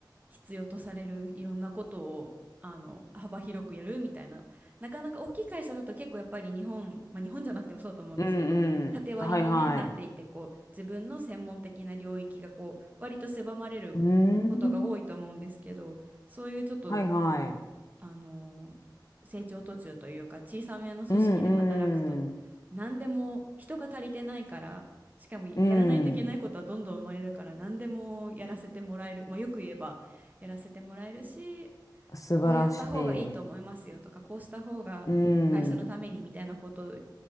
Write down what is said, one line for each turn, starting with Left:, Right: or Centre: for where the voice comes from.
Right: 必要とされるいろんなことをあの幅広くやるみたいななかなか大きい会社だと結構やっぱり日本、まあ、日本じゃなくてもそうだと思うんですけど縦割りに、
Left: うんうん。はいはい。
Right: ね、なっていてこう自分の専門的な領域がこう割と狭まれることが多いと思うんですけどそういうちょっと
Left: うん。はいはい。
Right: あの成長途中というか小さめの組織で働くと
Left: うんうん。
Right: 何でも人が足りてないからしかもやらないといけないことはどんどん生まれるから何でもやらせてもらえる、
Left: うん。
Right: まあ、よく言えばやらせてもらえるし
Left: 素晴らしい。
Right: こうやった方がいいと思いますよとかこうした方が会社のためにみたいなことを
Left: うん。